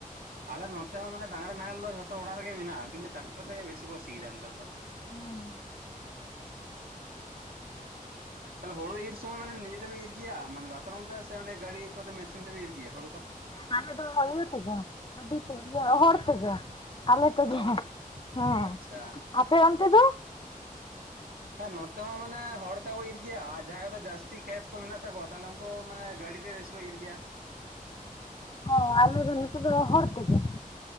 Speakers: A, on the right; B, on the left.
A: ᱟᱞᱮ ᱱᱚᱛᱮ ᱦᱚᱸ ᱢᱟᱱᱮ ᱰᱟᱝᱨᱟ ᱱᱟᱦᱮᱞ ᱛᱚ ᱡᱷᱚᱛᱚ ᱚᱲᱟᱜ ᱨᱮᱜᱮ ᱢᱮᱱᱟᱜᱼᱟ ᱠᱤᱱᱛᱩ ᱴᱟᱠᱴᱟᱨ ᱛᱮᱜᱮ ᱵᱮᱥᱤ ᱠᱚ ᱥᱤᱭ ᱫᱟ ᱱᱮᱛᱟᱨ ᱫᱚ
B: ᱦᱩᱸ᱾
A: ᱛᱟᱦᱚᱞᱮ ᱦᱳᱲᱳ ᱤᱨ ᱥᱚᱢᱚᱭ ᱱᱤᱡᱮ ᱛᱮᱵᱮ ᱤᱨ ᱜᱮᱭᱟ ᱢᱟᱱᱮ ᱫᱟᱛᱨᱚᱢ ᱛᱮᱥᱮ ᱜᱟᱹᱰᱤ ᱠᱚᱛᱮ ᱢᱮᱥᱤᱱ ᱛᱮᱯᱮ ᱤᱨ ᱜᱮᱭᱟ ᱦᱳᱲᱳ ᱠᱚ?
B: ᱵᱟᱝ ᱟᱞᱮ ᱫᱚ ᱤᱭᱟᱹ ᱛᱮᱜᱮ ᱜᱟᱰᱤ ᱛᱮ ᱜᱮ ᱤᱭᱟᱹ ᱦᱚᱲ ᱛᱮᱜᱮ᱾ ᱟᱞᱮ ᱛᱮᱜᱮ
A: ᱚ
B: ᱦᱮᱸ
A: ᱟᱪᱪᱷᱟ
B: ᱟᱯᱮ ᱚᱱᱛᱮ ᱫᱚ?
A: ᱦᱮᱸ ᱱᱚᱛᱮ ᱦᱚᱸ ᱢᱟᱱᱮ ᱦᱚᱲ ᱛᱮᱠᱚ ᱤᱨ ᱜᱮᱭᱟ ᱟᱨ ᱡᱟᱦᱟᱸᱭ ᱠᱚᱫᱚ ᱡᱟᱹᱥᱛᱤ ᱠᱷᱮᱛ ᱠᱚ ᱢᱮᱱᱟᱜ ᱛᱟᱠᱚᱣᱟ ᱛᱟᱦᱚᱞᱮ ᱩᱱᱠᱩ ᱠᱚ ᱢᱟᱱᱮ ᱜᱟᱹᱰᱤ ᱛᱮ ᱵᱮᱥᱤ ᱠᱚ ᱤᱨ ᱜᱮᱭᱟ᱾
B: ᱦᱮᱸ ᱟᱞᱮ ᱫᱚ ᱱᱚᱛᱮ ᱫᱚ ᱦᱚᱲ ᱛᱮᱜᱮ᱾